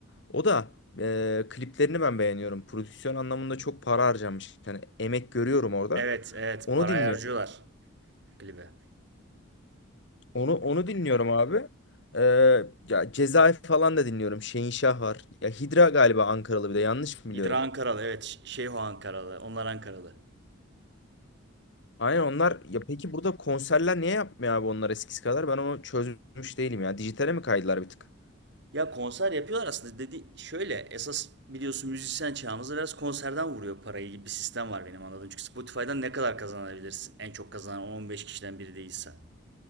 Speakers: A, on the left; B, on the right.
A: O da e, kliplerini ben beğeniyorum. Prodüksiyon anlamında çok para harcamış, Yani emek görüyorum orada.
B: Evet, evet.
A: Onu
B: Parayı
A: dinliyorum.
B: harcıyorlar. Klibe.
A: Onu onu dinliyorum abi. E, ya Cezayir falan da dinliyorum. Şehinşah var. Ya Hidra galiba Ankaralı bir de yanlış mı biliyorum?
B: Hidra Ankaralı evet. Ş- Şeyho Ankaralı. Onlar Ankaralı.
A: Aynen onlar ya peki burada konserler niye yapmıyor abi onlar eskisi kadar? Ben onu çözmüş değilim ya. Dijitale mi kaydılar bir tık?
B: Ya konser yapıyorlar aslında. Dedi şöyle esas biliyorsun müzisyen çağımızda biraz konserden vuruyor parayı gibi bir sistem var benim anladığım. Çünkü Spotify'dan ne kadar kazanabilirsin? En çok kazanan 10-15 kişiden biri değilsen.